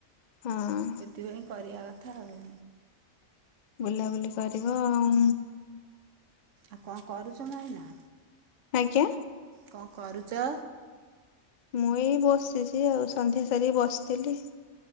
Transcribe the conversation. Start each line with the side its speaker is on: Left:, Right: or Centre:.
Left: ହଁ
Right: ସେଥିପାଇଁ କରିବା କଥା ଆଉ।
Left: ବୁଲାବୁଲି କରିବ ଆଉ।
Right: ଆଉ କଣ କରୁଛ ଭାଇନା?
Left: ଆଜ୍ଞା।
Right: କଣ କରୁଚ?
Left: ମୁଁ ଏଇ ବସିଛି ଆଉ ସନ୍ଧ୍ୟା ସାରିକି ବସିଥିଲି